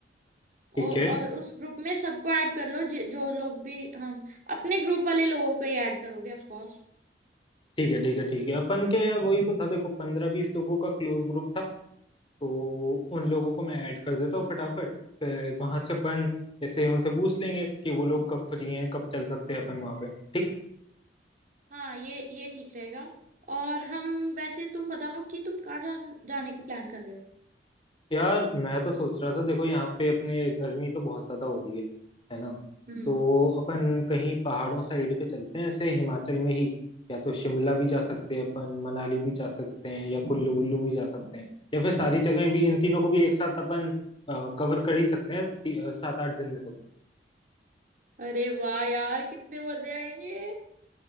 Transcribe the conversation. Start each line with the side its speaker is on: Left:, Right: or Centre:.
Right: औ-
Left: ठीक है
Right: और उस ग्रुप में सबको ऐड कर लो जि- जो लोग भी हम अपने ग्रुप वाले लोगों को ही ऐड करोगे ऑफ कोर्स
Left: ठीक है ठीक है ठीक है अपन के यार वही तो था देखो पंद्रह बीस लोगों का क्लोज ग्रुप था तो उन लोगों को मैं ऐड कर देता हूँ फटाफट फिर वहां से अपन जैसे उनसे पूछ लेंगे कि वो लोग कब फ्री हैं कब चल सकते हैं अपन वहां पे ठीक
Right: हाँ ये ये ठीक रहेगा और हम वैसे तुम बताओ कि तुम कहाँ जा, जाने की प्लान कर रहे हो
Left: यार मैं तो सोच रहा था देखो यहाँ पे अपने गर्मी तो बहुत ज्यादा हो रही है है ना
Right: हम्म
Left: तो अपन कहीं पहाड़ों साइड पे चलते हैं ऐसे हिमाचल में ही या तो शिमला भी जा सकते हैं अपन मनाली भी जा सकते हैं या कुल्लू वुल्लू भी जा सकते हैं या फिर सारी जगहें भी इन तीनों को भी एक साथ अपन कवर कर ही सकते हैं ती- अ, सात आठ दिन में तो
Right: अरे वाह यार कितने मजे आएंगे